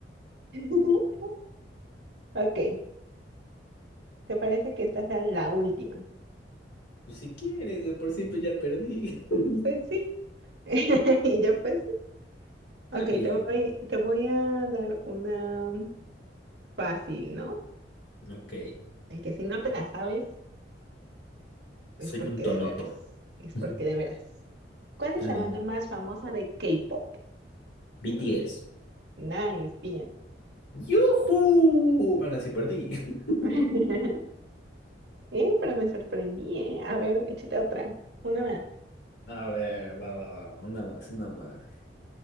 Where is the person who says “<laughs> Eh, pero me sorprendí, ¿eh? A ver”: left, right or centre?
Right